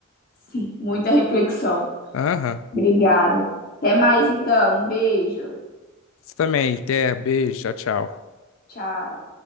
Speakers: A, on the left; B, on the left.
A: sim, muita reflexão.
B: Aham.
A: Obrigada. Até mais então. Um beijo.
B: Você também, até, beijo, tchau, tchau.
A: Tchau.